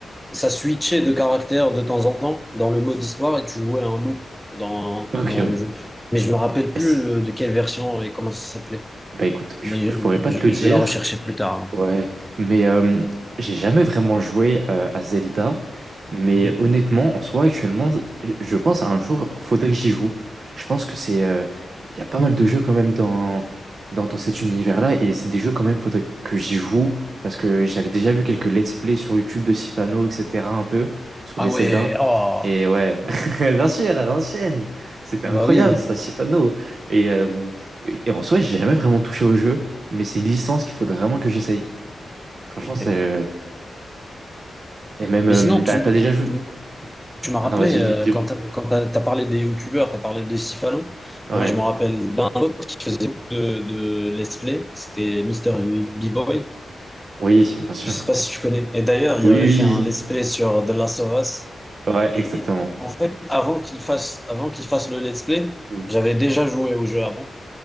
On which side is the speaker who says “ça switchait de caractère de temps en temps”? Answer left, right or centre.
Centre